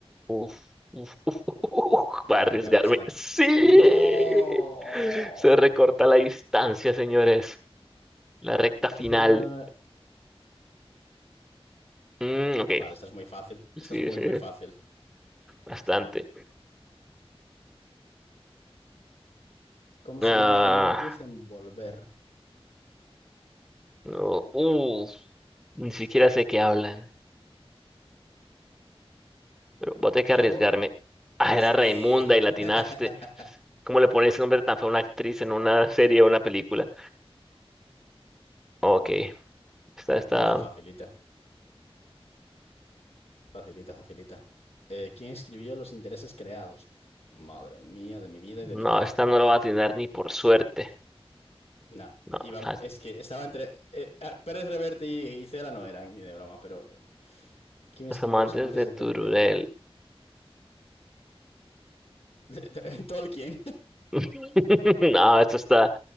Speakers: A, in the centre; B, on the left.
A: Uf, uf, uf, <laughs> uf, uf, va
B: voy
A: a
B: a marcar
A: arriesgarme.
B: esta.
A: ¡Sí!
B: ¡No!
A: Se recorta la distancia, señores. La recta final.
B: ¿Qué jugador? de-
A: Mm, ok,
B: Vale, esta es muy fácil.
A: sí,
B: Esta es muy,
A: sí.
B: muy fácil.
A: Bastante.
B: ¿Cómo
A: Ah,
B: se llama Penélope Cruz en Volver?
A: no, uf, ni siquiera sé qué hablan. Pero voy a tener
B: Yo,
A: que arriesgarme. Ah,
B: sí.
A: era Raimunda y latinaste.
B: <laughs>
A: ¿Cómo le pones ese nombre tan feo a una actriz en una <laughs> serie o una película? Ok, esta, esta,
B: Más facilita, facilita, facilita. Eh, ¿quién escribió Los intereses creados? Pf, Madre mía, de mi vida y de
A: no,
B: mi corazón.
A: esta no la va a atinar ni por suerte.
B: Nah.
A: No,
B: Iba-
A: las,
B: es que estaba entre. eh, ah, Pérez Reverte y, y Cela no eran ni de broma, pero. ¿Quién escribió
A: las amantes
B: Los amantes
A: de
B: de
A: Tururel.
B: Terurel? <laughs> De- de- Tolkien.
A: <laughs> No, esto está,